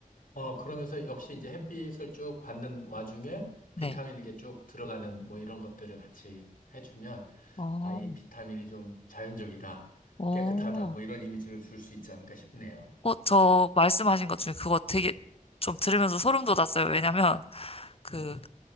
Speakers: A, on the left (about 75°); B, on the left (about 40°).
A: 어, 그러면서 역시 이제 햇빛을 쭉 받는 와중에
B: 네,
A: 비타민 이렇게 쭉 들어가는 뭐 이런 것들을 같이 해주면
B: 어,
A: 아, 이 비타민이 좀 자연적이다,
B: 어.
A: 깨끗하다, 뭐 이런 이미지를 줄 수 있지 않을까 싶네요.
B: 어, 저 말씀하신 것 중에 그거 되게 좀 들으면서 소름 돋았어요. 왜냐면 그
A: 네.